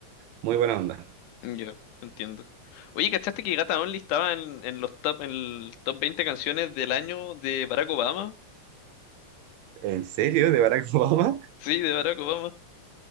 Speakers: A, on the right; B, on the left.
A: muy buena onda.
B: Yo, entiendo. Oye, ¿cachaste que Gata Only estaba en, en los top, en el top 20 canciones del año de Barack Obama?
A: ¿En serio? ¿De Barack <laughs> Obama?
B: Sí, de Barack Obama.